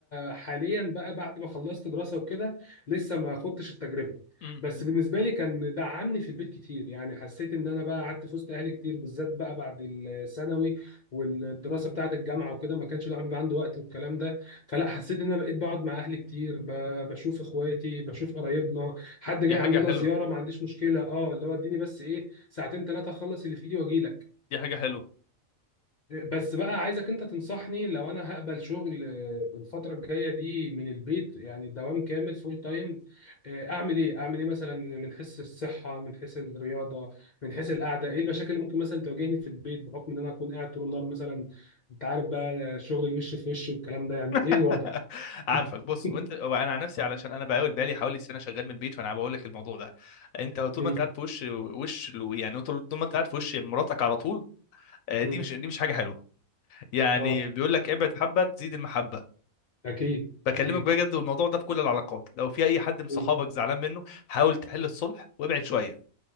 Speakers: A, on the left; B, on the left.
A: حاليا بقى بعد ما خلصت دراسه وكده لسه ما خدتش التجربه
B: امم
A: بس بالنسبه لي كان دعمني في البيت كتير يعني حسيت ان انا بقى قعدت في وسط اهلي كتير بالذات بقى بعد الثانوي والدراسه بتاعه الجامعه وكده ما كانش الواحد بيبقى عنده وقت والكلام ده فلا حسيت ان انا بقيت بقعد مع اهلي كتير ب- بشوف اخواتي بشوف قرايبنا حد جاي
B: دي حاجة
A: عندنا
B: حلوة
A: زياره ما عنديش مشكله اه اللي هو اديني بس ايه ساعتين ثلاثه اخلص اللي في ايدي واجي لك
B: دي حاجة حلوة
A: بس بقى عايزك انت تنصحني لو انا هقبل شغل آه، الفترة الجاية دي من البيت يعني دوام كامل فول تايم آه، اعمل ايه اعمل ايه مثلا من حيث الصحة من حيث الرياضة من حيث القعدة ايه المشاكل اللي ممكن مثلا تواجهني في البيت بحكم ان انا اكون قاعد طول النهار مثلا انت عارف بقى شغل الوش في وش والكلام ده يعني
B: <laughs>
A: ايه الوضع
B: عارفك
A: <laughs>
B: بص وانت وانا عن نفسي علشان انا بقاول بالي حوالي سنه شغال من البيت فانا بقول لك الموضوع ده انت طول
A: مم،
B: ما انت قاعد في وش وش يعني طول طول ما انت قاعد في وش مراتك على طول آه،
A: مم.
B: دي مش دي مش حاجه حلوه يعني
A: اه
B: بيقول لك ابعد حبه تزيد المحبه
A: اكيد
B: بكلمك
A: اكيد
B: بجد والموضوع ده في كل العلاقات لو في اي حد من
A: مم،
B: صحابك زعلان منه حاول تحل الصلح وابعد شويه